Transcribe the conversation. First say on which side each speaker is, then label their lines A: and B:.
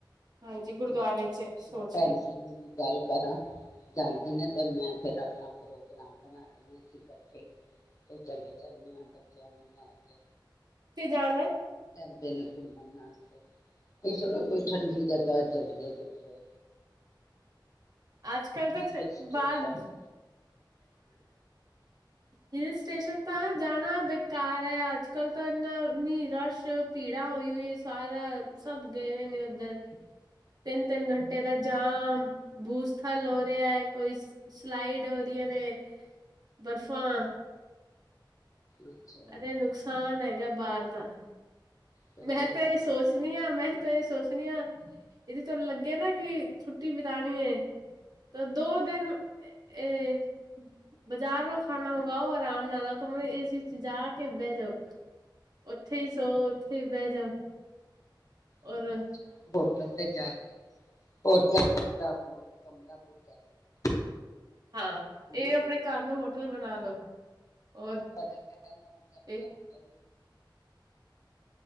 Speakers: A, on the right; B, on the left.
A: ਹਾਂਜੀ, ਗੁਰਦੁਆਰੇ
B: ਮੈ ਤੇ ਕਿਹਾ
A: ਚ
B: ਚਲੋ
A: ਸੋਚ
B: ਭੈਣ
A: ਹੈ,
B: ਜੀ ਨੂੰ ਗੱਲ ਕਰਾਂ ਜਾਂਦੇ ਨੇ। ਅਤੇ ਮੈਂ ਫਿਰ ਆਪਣਾ ਪ੍ਰੋਗਰਾਮ ਬਣਾ ਲਿੰਦੇ ਅਸੀਂ ਇਕੱਠੇ ਤੇ ਚਲੇ ਚਲਨੇ ਆ ਬੱਚਿਆਂ ਨੂੰ ਲੈ ਕੇ।
A: ਕਿੱਥੇ ਜਾਣਾ।
B: ਜਾਂਦੇ ਨੇ ਘੁੰਮਣ ਵਾਸਤੇ। ਇਸ ਸੁਣੋ ਕੋਈ ਠੰਡੀ ਜਗਾ ਚਲੀਏ ਕਿਧਰੇ।
A: ਅੱਜ ਕੱਲ ਤਾਂ
B: ਹਿਲ ਸਟੇਸ਼ਨ
A: ਬਾਅਦ ਹਿਲ ਸਟੇਸ਼ਨ ਤਾਂ ਜਾਣਾ ਬੇਕਾਰ ਹੈ। ਅੱਜ -ਕੱਲ ਤਾਂ ਇਨਾ ਨੀ ਰਸ਼ ਭੀੜਾ ਹੂਈ ਹੂਈ ਐ ਹੈ। ਸਾਰਾ ਸਭ ਗਏ ਹੋਏ ਨੇ ਉੱਧਰ ਤਿੰਨ -ਤਿੰਨ ਘੰਟੇ ਦਾ ਜਾਮ। ਬੂ ਸਥਲ ਹੋ ਰਿਹਾ ਕੋਈ ਸਲਾਈਡ ਹੋ ਰਹੀਆਂ ਨੇ ਬਰਫ਼ਾਂ
B: ਅੱਛਾ
A: ਏਦੇ ਨੁਕਸਾਨ ਐ ਯੇ ਬਾਹਰ ਤਾਂ
B: ਤੇ
A: ਮੈਂ
B: ਫਿਰ
A: ਤਾਂ ਇਹ ਸੋਚਣੀ ਆਂ ਮੈਂ ਤਾਂ ਇਹ ਸੋਚ ਆਪਣੀਆਂ ਇਹਦੀ ਤੁਹਾਨੂੰ ਲੱਗੇ ਨਾ ਕਿ ਛੁੱਟੀ ਬਿਤਾਣੀ ਹੈ ਤਾਂ ਦੋ ਦਿਨ ਇਹ ਬਜ਼ਾਰ ਨੂੰ ਖਾਣਾ ਮੰਗਵਾਓ ਆਰਾਮ ਨਾਲ ਕਰੇ ਏ ਸੀ ਚ ਜਾ ਕੇ ਬਹਿ ਜਾਓ ਉੱਥੇ ਹੀ ਸੋ ਇਥੇ ਬੈ ਜਾਓ ਹੋਰ
B: ਅੱਛਾ ਹੋਟਲ ਤੇ ਜਾ ਕੇ ਹੋ ਕਮਰਾ ਬੁੱਕ ਕਰ ਲਈਏ
A: ਹਾਂ
B: ਹਨਾ
A: ਇਹ ਆਪਣੇ ਘਰ ਨੂੰ ਹੋਟਲ ਬਣਾ ਲੋ ਔਰ
B: ਅਟ ਕੇਦਾ ਮਤਲ
A: ਇਹ
B: ਹੋਟੇਲ